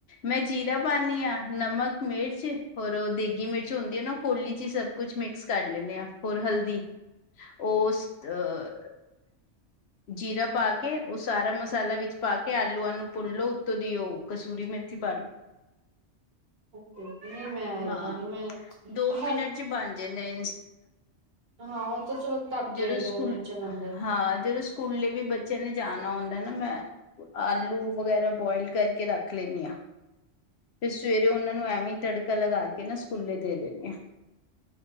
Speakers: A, on the left; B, on the right.
A: ਮੈਂ ਜੀਰਾ ਪਾਨੀ ਹਾਂ ਨਮਕ ਮਿਰਚ ਹੋਰ ਦੇਗੀ ਮਿਰਚ ਹੁੰਦੀ ਹੈ ਨਾ ਕੋਲੀ ਚ ਹੀ ਸਭ ਕੁਛ ਮਿਕਸ ਕਰ ਲੈਂਦੇ ਆ ਹੋਰ ਹਲਦੀ ਉਸ ਹ ਜੀਰਾ ਪਾ ਕੇ ਉਹ ਸਾਰਾ ਮਸਾਲਾ ਵਿੱਚ ਪਾ ਕੇ ਆਲੂ ਆ ਨੂੰ ਭੁਨੋ ਉੱਤੋਂ ਦੀ ਉਹ ਕਸੂਰੀ ਮੇਥੀ ਪਾ ਦੋ
B: ਨਹੀਂ ਮੈਂ ਏਦਾਂ
A: ਹਾਂ
B: ਨੀ ਮੈਂ
A: ਦੋ ਮਿੰਟ
B: ਹਰ
A: ਚ ਬਣ ਜਾਂਦੇ
B: ਹਾਂ ਉਹ ਤਾਂ ਚਲੋ ਢੱਕ
A: ਜਦੋਂ
B: ਕੇ ਦੋ
A: ਸਕੂਲ
B: ਮਿੰਟ ਚ ਬਣ ਜਾਣ
A: ਹਾਂ ਜਦੋ ਸਕੁ ਸਕੂਲੇ ਵੀ ਬੱਚਿਆਂ ਨੇ ਜਾਣਾ ਹੁੰਦਾ ਨਾ ਮੈਂ ਆਲੂ ਵਗੈਰਾ ਬੋਆਇਲ ਕਰਕੇ ਰੱਖ ਲੈਂਦੀ ਹਾਂ ਫਿਰ ਸਵੇਰੇ ਉਹਨਾਂ ਨੂੰ ਐਵੇਂ ਤੜਕਾ ਲਗਾ ਕੇ ਨਾ ਸਕੂਲੇ ਦੇ ਦੇਣੇ ਆ